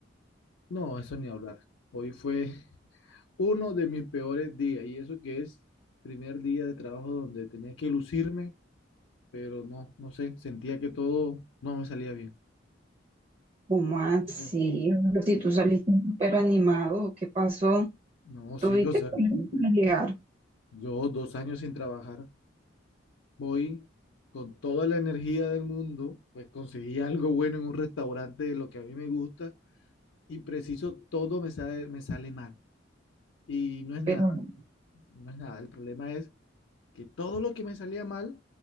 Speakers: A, on the left; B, on the right.
A: no, eso ni hablar. Hoy fue <laughs> uno de mis peores días y eso que es primer día de trabajo donde tenía que lucirme, pero no, no sé, sentía que todo no me salía bien.
B: ¿Cómo así?
A: No sé,
B: Si
A: sí,
B: tú saliste súper animado, ¿qué pasó?
A: no,
B: Tuviste
A: sí, o sea,
B: problemas para llegar,
A: yo dos años sin trabajar. voy con toda la energía del mundo, pues conseguí algo bueno en un restaurante de lo que a mí me gusta y preciso todo me sale, me sale mal. Y no es
B: pero
A: nada,
B: no.
A: no es nada. El problema es que todo lo que me salía mal,